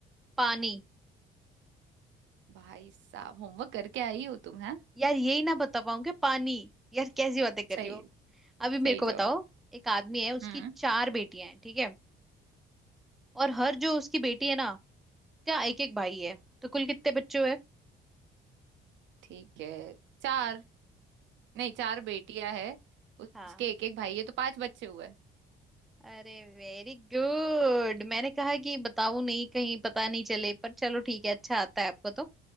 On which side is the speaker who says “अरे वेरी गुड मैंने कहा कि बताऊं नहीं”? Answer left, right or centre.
Centre